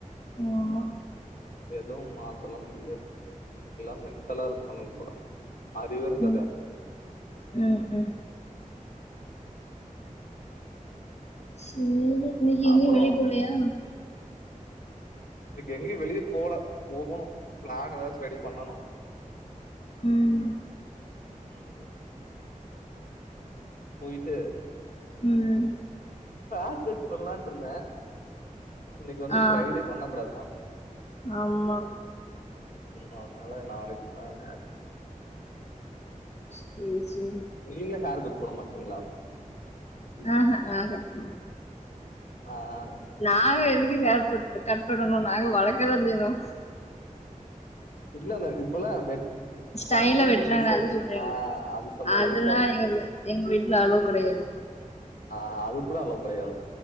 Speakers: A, on the left; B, on the left.
A: ஆமா
B: எதுவு மாத்தலா முடியாது எல்லா மென்டலா இருக்கானுங்க போல அறிவே இருக்காது
A: ம்
B: யார்
A: ம் ம் சேரி இன்னைக்கு எங்கயு
B: அப்றோ
A: வெளிய போலையா
B: இன்னைக்கு எங்கயு வெளிய போல போகணு பிளான் எதாச்சு ரெடி பண்ணணு
A: ம்
B: தேடுது போய்ட்டு
A: ம்
B: ஃபேர் கட் பண்லான்ட்ருந்த இன்னைக்கு வந்து
A: ஆ
B: ஃப்ரை டே பண்ணக்கூடாதா
A: ஆமா
B: ம் அதனால நாளைக்கு தா ஹேர்
A: சேரி சேரிங்
B: நீங்க ஹேர் கட் பண்ண மாட்டீங்ளா
A: ஆ ஹ நா கட் பண்ண
B: ஆ ஆ
A: நாங்க எதுக்கு ஹேர்கட் இப்ப கட் பண்ணணு நாங்க வளக்கதா செய்றோ
B: இல்ல இந்த இப்பலா வெட்
A: ஸ்டைல
B: கட் பண்ணி
A: வெட்டுறாங்களே
B: அந்த டிசைன்
A: அது சொல்றீங்களா
B: ஆ அது சொல்றே
A: அதெல்லாம்
B: லைட்டா வெட்டி
A: எங்க வீ- எங்க வீட்ல அலோ கெடையாது
B: ஆ அதுக் கூட அலோ கெடையாதா